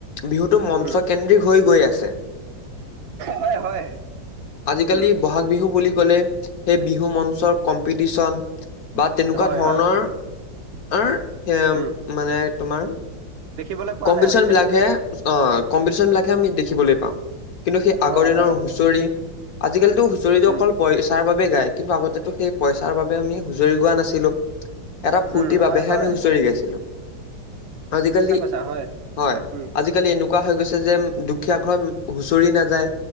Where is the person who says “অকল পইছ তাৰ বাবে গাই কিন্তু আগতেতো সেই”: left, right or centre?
Left